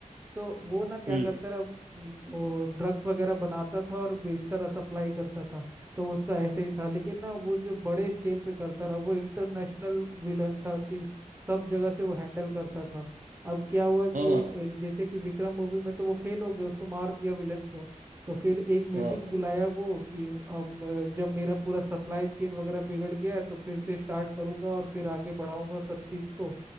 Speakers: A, on the right (about 15°); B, on the right (about 70°).
A: तो वो ना क्या
B: हम्म
A: करता रहा म, वो ड्रग्स वगैरह बनाता था और बेचता रहा सप्लाई करता था तो उसका ऐसे ही था लेकिन ना वो जो बड़े स्केल पे करता रहा वो इंटरनेशनल विलन था कि सब जगह से वो हैंडल करता था अब क्या हुआ कि
B: हाँ हाँ
A: ए, जैसे कि विक्रम मूवी में तो वो फेल हो गया उसको मार दिया विलन को तो फिर एक मीटिंग
B: हाँ
A: बुलाया वो कि अब अ, जब मेरा पूरा सप्लाई चेन वगैरह बिगड़ गया है तो फिर से स्टार्ट करूंगा और फिर आगे बढ़ाऊंगा सब चीज को